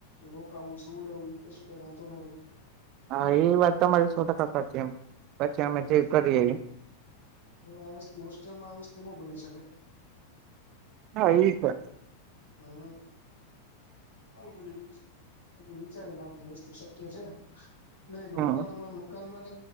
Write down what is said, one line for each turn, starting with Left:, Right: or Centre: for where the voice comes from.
Left: રોકાવું સુ ઉડાવું એ કશું કઈ વાંધો ન રહી
Right: હા એ વાત તમારી સો ટકા સાચી એમ પછી
Left: એટલે
Right: અમે
Left: જ
Right: જે
Left: નહી
Right: કરીએ એ
Left: આવી વસ્તુ હોસ્ટેલમાં આવી વસ્તુ ન બની શકે,
Right: હા એ છે,
Left: હમ્મ આવું બધું એ તો વિચારી ને આ બધી વસ્તુ શક્ય છે, એટલે રોકાણ
Right: હમ.
Left: હમણાં મકાન માં